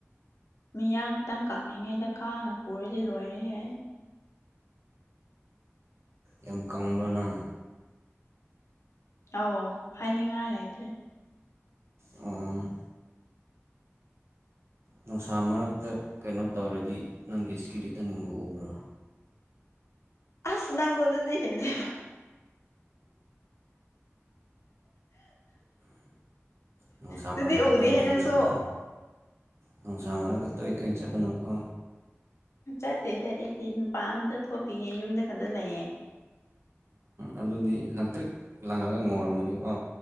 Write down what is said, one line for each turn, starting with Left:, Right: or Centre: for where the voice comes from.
Left: ꯃꯤꯌꯥꯡ ꯈꯤꯇꯪ ꯀꯪꯂꯤꯉꯩꯗ ꯀꯥꯡꯅ ꯄꯨꯔꯗꯤ ꯂꯣꯏꯔꯦꯍꯦ
Right: ꯌꯥꯝ ꯀꯪꯕ꯭ꯔꯥ ꯅꯪ
Left: ꯑꯧ ꯍꯥꯏꯅꯤꯡꯉꯥꯏ ꯂꯩꯇ꯭ꯔꯦ
Right: ꯑꯣ ꯅꯨꯡꯁꯥ ꯃꯔꯛꯇ ꯀꯩꯅꯣ ꯇꯧꯔꯗꯤ ꯅꯪꯒꯤ ꯏꯁꯀꯤꯂꯤꯇꯟꯒꯨꯝꯕ ꯎꯕ꯭ꯔꯣ
Left: ꯑꯁ ꯅꯪꯁꯨ ꯑꯗꯨꯗꯤ ꯍꯦꯟꯃꯟ
Right: ꯅꯨꯡꯁꯥ
Left: ꯑꯗꯨꯗꯤ
Right: ꯃꯥꯔꯛꯇ
Left: ꯎꯗꯦꯍꯦ
Right: ꯇꯣꯢ ꯇꯣꯢꯅ
Left: ꯅꯪꯁꯨ
Right: ꯆꯠꯀꯅꯣ ꯅꯨꯡꯁꯥ ꯃꯔꯥꯛꯇ ꯇꯣꯢ ꯇꯣꯢꯅ ꯆꯠꯀꯅꯨꯀꯣ
Left: ꯆꯠꯇꯦꯗ ꯑꯩꯗꯤ ꯃꯄꯥꯥꯟ ꯑꯝꯇ ꯊꯣꯛꯇꯦꯌꯦ ꯌꯨꯝꯗ ꯈꯛꯇ ꯂꯩꯌꯦ
Right: ꯑꯗꯨꯗꯤ ꯂꯪꯇ꯭ꯔꯤꯛ ꯂꯪꯉꯒ ꯉꯧꯔꯝꯃꯅꯤꯀꯣ